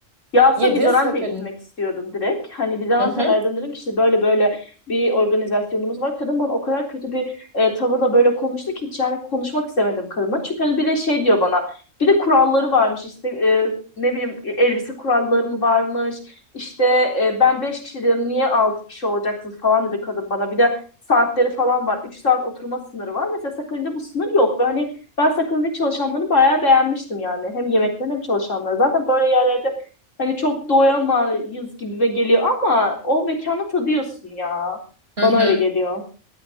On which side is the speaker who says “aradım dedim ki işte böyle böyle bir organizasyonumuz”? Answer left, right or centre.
Left